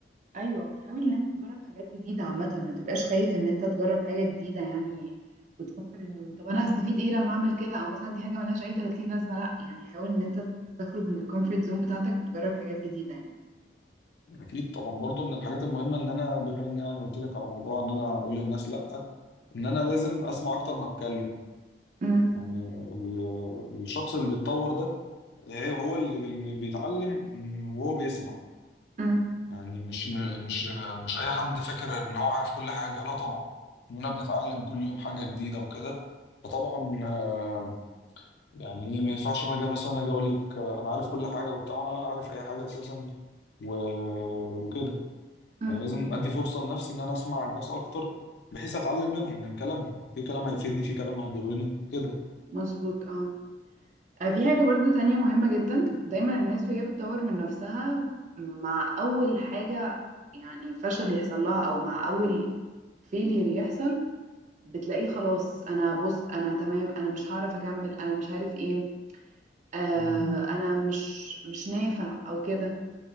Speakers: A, on the right; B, on the left.
A: ايوه وتحاول ان انت تجرب حاجات جديده عامه ما تبقاش خايف ان انت تجرب حاجه جديده يعني وتفكر انه طب انا هستفيد ايه لما اعمل كده او مثلا دي حاجه ملهاش اي 30 لازمه لا يعني حاول ان انت تخرج من الكومفورت زون بتاعتك وتجرب حاجات جديده يعني
B: اكيد طبعا برضو من الحاجات المهمه ان انا بما اني يعني قلت لك على موضوع ان انا اقول للناس لا ان انا لازم اسمع اكتر ما اتكلم
A: أم،
B: يعني ال- الشخص اللي بيتطور ده هي- هو اللي بي- اللي بيتعلم وهو بيسمع
A: أم،
B: يعني مش م- مش مش اي حد فاكر ان هو عارف كل حاجه لا طبعا كلنا بنتعلم كل يوم حاجه جديده وكده فطبعا آه، يعني ايه ما ينفعش انا اجي مثلا اجي اقول لك آه، انا عارف كل حاجه وبتاع وانا ولا عارف اي حاجه اساسا و... وكده
A: أم،
B: يعني لازم ادي فرصه لنفسي ان انا اسمع الناس اكتر بحيث اتعلم منهم من كلامهم في كلام هيفيدني في كلام هيضرني كده
A: مظبوط اه آه، في حاجة برضو تانية مهمة جدا دايما الناس وهي بتطور من نفسها مع أول حاجة يعني فشل يحصل لها أو مع أول فيلير يحصل بتلاقيه خلاص انا بص انا تمام انا مش هعرف اكمل انا مش عارف ايه آه
B: مم.
A: مم. انا مش مش نافع او كده